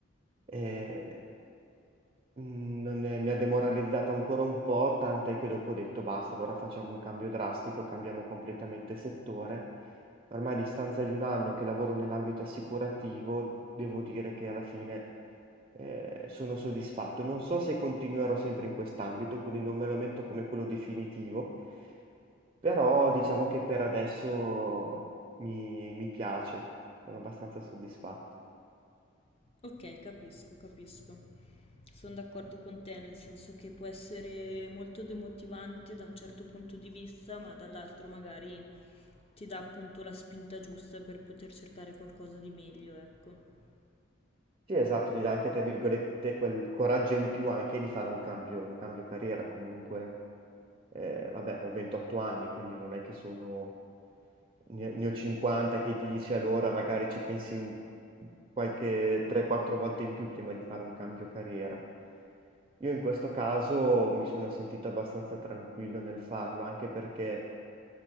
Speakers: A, on the right; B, on the left.
A: Eh, mh, non è- mi ha demoralizzato ancora un po', tant'è che dopo ho detto basta, allora facciamo un cambio drastico, cambiamo completamente settore. Ormai a distanza di un anno che lavoro nell'ambito assicurativo, devo dire che alla fine eh, sono soddisfatto. Non so se continuerò sempre in quest'ambito, quindi non me lo metto come quello definitivo, però diciamo che per adesso mi, mi piace, sono abbastanza soddisfatto.
B: Okay, capisco, capisco. Son d'accordo con te, nel senso che può essere molto demotivante da un certo punto di vista, ma dall'altro magari ti dà appunto la spinta giusta per poter cercare qualcosa di meglio, ecco.
A: Sì, esatto, ti dà anche, tra virgolette, quel coraggio in più anche di fare un cambio, un cambio carriera. Comunque, eh, vabbè, ho 28 anni, quindi non è che sono... Ne, ne ho 50 che dici, allora magari ci pensi un- qualche 3-4 volte in più prima di fare un cambio carriera. Io in questo caso mi sono sentito abbastanza tranquillo nel farlo, anche perché